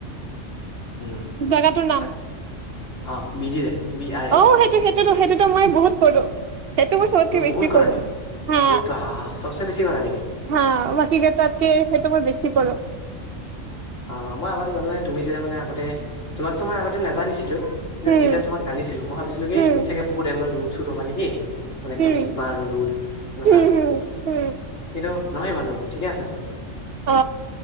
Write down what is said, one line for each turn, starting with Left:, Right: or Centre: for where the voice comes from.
Left: উম
Right: জাগাটোৰ নাম
Left: তাক অ বিধি যায় বি আৰ
Right: অ
Left: এ
Right: সেইটো সেইটোতো সেইটোতো মই বহুত কৰো, সেইটো মই চবতকে বেছি
Left: বহুত কৰা
Right: কৰো।
Left: নেকি
Right: হা
Left: ঐ বাহ চবচে বেছি কৰা নেকি
Right: হা বাকি কেইটাতকে সেইটো মই বেছি কৰো।
Left: অ মই আগতে জানা নাই, তুমি যেতিয়া মানে আগতে তোমাক তো মই আগতে নাজানিছিলো।
Right: উম
Left: যেতিয়া তোমাক জানিছিলোঁ মই ভাবছিলো কি
Right: উম
Left: তুমি চাগে বহুত এনেকোৱা ৰোড চুড হবা নেকি। মানে একদম
Right: উম
Left: চিগমা আৰু ৰুধ তেনকা,
Right: উম উম উম
Left: কিন্তু নহয় ইমান ৰোড ঠিকে আছাচোন
Right: অ